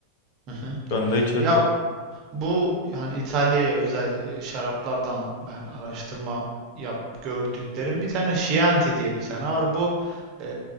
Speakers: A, on the right; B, on the left.
A: Hı hı.
B: Şu anda içerim.
A: Ya Bu hani İtalya'ya özel e, şaraplardan ben araştırma yap gördüklerim bir tane Chianti diye bir tane var. Bu e,